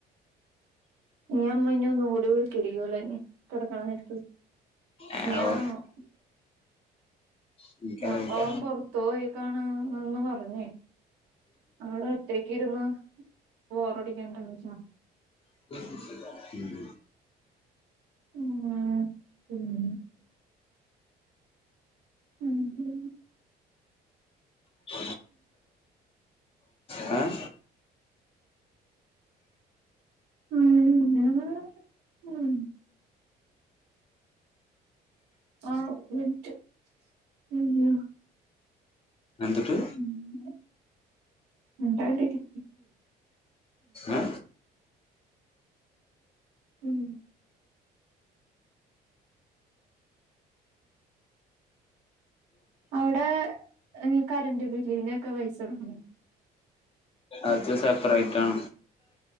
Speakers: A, on the right; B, on the left.
A: <unintelligible>
B: ആവോ എനിക്കറിയില്ല
A: അപ്പൊ അവൻ പൊർത്ത് പോയിക്കാണും എന്ന് പറഞ് അവിടൊറ്റ ഇരുന്ന് ബോറടിക്കേണ്ടെന്ന് വെച്ച
B: <inaudible>
A: പിന്നെ ഉം <unintelligible>
B: <inaudible> എ
A: ഉം ആ ഉം <unintelligible>
B: എന്തുട്ട്
A: പിന്നെ മിണ്ടാണ്ടിരി
B: ഏ
A: ഉം അവടെ ഈ കറന്റ് ബില്ലിനൊക്കെ പൈസ കൊട്ക്കണൊ
B: അത് സെപ്പറേറ്റാണ്